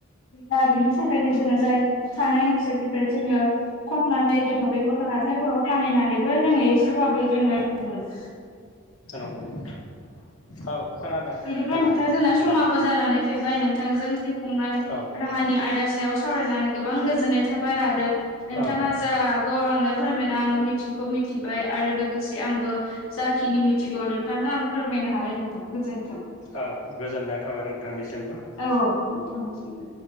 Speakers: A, on the left; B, on the left.
A: गैया बिनि थाखायनो जोंङो जायो थानाय ओनसोलनिफ्राय जोंङो खननानै जोंङो बेफोरखौ हाथायफोराव फाननानैबो जोंङो एसेबाबो जोंङो मोन
B: जानांगौ नोंथां औ खोनादों
A: बिनिफ्राय
B: खोनादों
A: नोंथां जोंना
B: खोनादों
A: समाबो जानानै फैबाय नोंथांजों जिउ खुंनाय
B: औ
A: रा हानि आयदा सायाव सावरायनानै गोबां गोजोननाय थाबाय आरो नोंथाङा
B: औ
A: जा हागौ आंनो फोरमायना आङो मिथिखौ मिथिबाय आरो लोगोसे आंबो जाखिनि मिथिगौ नोंथांनो आं फोरमायनो हाबाय नोंथां गोजोन
B: औ गोजोननाय थाबाय नोंथांनिसिमबो
A: औ नोंथांनिसिमबो